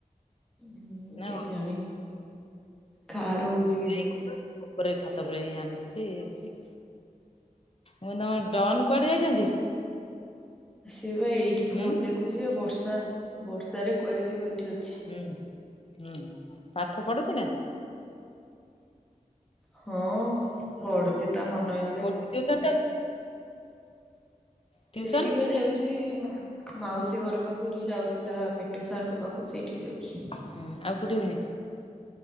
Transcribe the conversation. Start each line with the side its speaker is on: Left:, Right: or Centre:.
Centre: ହୁଁ
Left: ନା
Centre: କେଜାଣି କାହାର ହଉଚି
Left: କଣ
Centre: କେଜାଣି।
Left: ଉପରେ ଛାତ ଉପରେ <unintelligible> ମୁଁ ନ ଡନ୍ କୁଆଡେ ଯାଇଚନ୍ତି?
Centre: ସେ ବା ଏଇଠି
Left: ହୁଁ
Centre: ଫୋନ୍ ଦେଖୁଚି ଯେ ବର୍ଷା ବର୍ଷାରେ କୁଆଡେ ଯିବ ଏଇଠି ଅଛି।
Left: ହୁଁ ହୁଁ ପାଠ ପଡ଼ୁଚି ନା?
Centre: ହଁ ପଡ଼ୁଚି ତା ମନ ହେଲେ।
Left: <unintelligible> ଟିଉସନ
Centre: ସେଇଟି ବା ଯାଉଚି ମା ମାଉସି ଘର ପାଖକୁ ଯୁ ଯାଉଥିଲା। ତୁଷାରଙ୍କ ପାଖକୁ ସେଇଠି କି ଯାଉଛି।
Left: ହୁଁ ଆଉ କୋଉଟେ ହେଉନି?